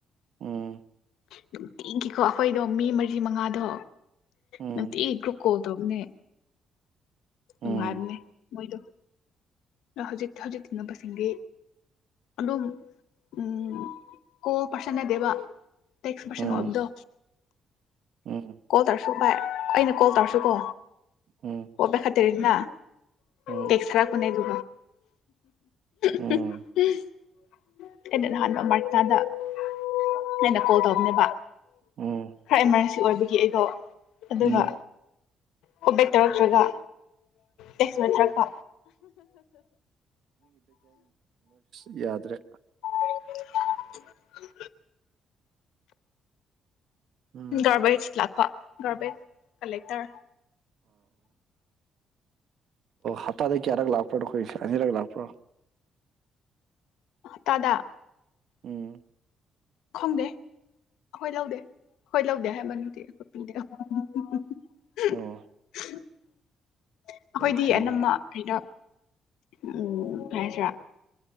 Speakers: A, on the right; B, on the left.
A: ꯎꯝ
B: ꯅꯨꯡ ꯇꯤꯈꯤꯀꯣ ꯑꯩꯈꯣꯏꯗꯣ ꯃꯤ ꯃꯔꯤ ꯃꯉꯥꯗꯣ
A: ꯎꯝ
B: ꯃ ꯏꯒ꯭ꯔ ꯀꯣ ꯄꯇꯣꯞꯅꯦ ꯇꯨꯃꯔꯅꯦ
A: ꯎꯝ
B: ꯑꯣꯏꯗꯣ ꯍꯧꯖꯤꯛ ꯍꯧꯖꯤꯛ ꯇꯤꯟꯅꯕꯁꯤꯡ ꯗꯤ ꯑꯗꯨꯝ ꯎꯝ ꯀꯣ ꯄꯔꯁꯟꯅ ꯗꯦꯕ ꯦꯛꯁ ꯄꯔꯁꯟ
A: ꯎꯝ
B: ꯍꯕꯗꯣ
A: ꯎꯝ
B: ꯀꯣ ꯇ꯭ꯔ ꯁꯨ ꯚꯥꯏ ꯑꯩꯅ ꯀꯣꯜ ꯇꯧꯔꯁꯨꯀꯣ
A: ꯎꯝ
B: ꯀꯕ ꯈ ꯅ
A: ꯎꯝ
B: ꯇꯦꯛꯁꯇ꯭ꯔꯥ ꯀꯅꯦꯗꯨ
A: ꯎꯝ
B: <inaudible> ꯅ ꯅꯍꯥꯟꯕ ꯃꯔꯇꯗꯟꯅ ꯀꯣꯜ ꯇꯧ ꯑꯗꯨ
A: ꯎꯝ
B: ꯍ ꯏꯃꯔ ꯑꯣꯏꯕꯒꯤ ꯑꯩꯗꯣ ꯑꯗꯨꯒ
A: ꯎꯝ
B: ꯀꯣꯕꯦꯛ ꯇꯧꯔꯛꯇ꯭ꯔꯒ ꯇꯦꯛꯁꯃꯤꯠꯇ꯭ꯔꯀ
A: ꯌꯥꯗ ꯔꯦ
B: <inaudible>
A: ꯎꯝ
B: ꯒꯥꯔꯕꯦꯁ ꯂꯥꯛꯄ ꯒꯔꯕꯦꯁ ꯀꯂꯦꯛꯇꯔ
A: ꯑ ꯑꯣꯗꯤ ꯀꯔꯒ ꯂꯥꯛ ꯄ ꯀꯣꯏ ꯑꯅꯤꯔꯒ ꯂꯥꯛꯄꯣ
B: ꯇꯗꯥ
A: ꯎꯝ
B: ꯈꯣꯡꯗꯦ ꯑꯩꯈꯣꯏ ꯂꯧꯗꯦ ꯑꯩꯈꯣꯏ ꯂꯧꯗꯦ ꯍꯥꯏꯕꯅꯗꯤ ꯑꯩꯈꯠ ꯄꯗꯦ ꯑꯩꯈꯣꯏꯗꯤ
A: ꯑꯣ ꯌꯥꯝ ꯍꯩꯅꯦ
B: ꯑꯅꯝꯕ ꯀꯩꯅꯣ ꯎꯝ ꯐꯦꯁ꯭ꯔꯥ